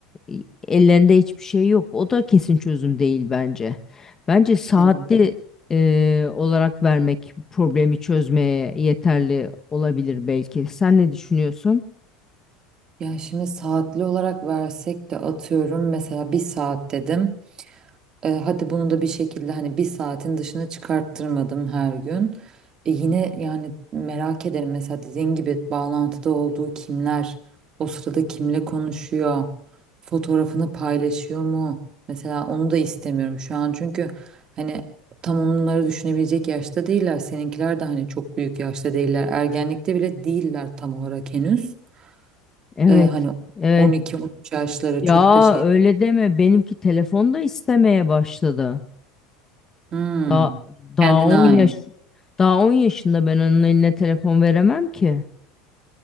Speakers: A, on the left; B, on the right.
A: e, ellerinde hiçbir şey yok. O da kesin çözüm değil bence. Bence saatli
B: Evet.
A: e, olarak vermek problemi çözmeye yeterli olabilir belki. Sen ne düşünüyorsun?
B: Yani şimdi saatli olarak versek de atıyorum mesela bir saat dedim. E, hadi bunu da bir şekilde hani bir saatin dışına çıkarttırmadım her gün. E, yine yani merak ederim mesela dediğin gibi bağlantıda olduğu kimler, o sırada kimle konuşuyor, fotoğrafını paylaşıyor mu? Mesela onu da istemiyorum şu an çünkü hani tam onları düşünebilecek yaşta değiller. Seninkiler de hani çok büyük yaşta değiller. Ergenlikte bile değiller tam olarak henüz.
A: Evet,
B: Ee, hani
A: evet.
B: 12-13 yaşlara
A: Ya
B: çok da şey
A: öyle deme. Benimki telefon da istemeye başladı.
B: hmm,
A: Daha daha
B: kendine
A: 10
B: ait.
A: yaş daha 10 yaşında ben onun eline telefon veremem ki.